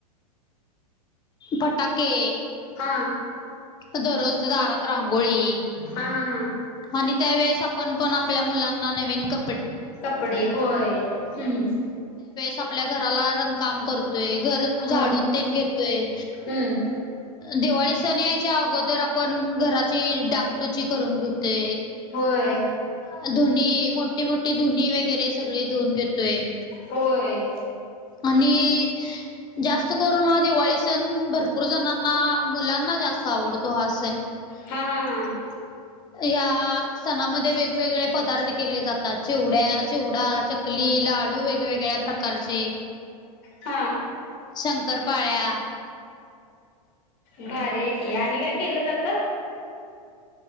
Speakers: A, on the left (about 20°); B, on the left (about 50°).
A: पटाके
B: हा
A: दररोज दारात रांगोळी
B: हा हा
A: आणि त्यावेेळेस आपण पण आपल्या मुलां न क
B: कपडे होय हम्म
A: आपल्या घरा काम करतोय घर झाडून
B: हम्म
A: घेतय
B: हम्म
A: दिवाळी सण या अगोदर आपण घराची डागडुची करून घेते
B: होय
A: <unintelligible> धोनी मोठी मोठी धुनी वगैरे सगळे धुऊन घेतोय <unintelligible>
B: होय
A: आणि जास्त करून हा दिवाळी सण भरपूर जणांना <unintelligible> मुलांना जास्त आवडतो हा असेल
B: हा हा
A: <unintelligible>
B: हा
A: या सणामध्ये वेगवेगळे पदार्थ केले जातात चिवड्या चिवडा च <unintelligible> चकली लाडू वेगवेगळ्या प्रकारचे
B: हा
A: शंकरपाळ्या
B: भारी की आणि काय केलं जातं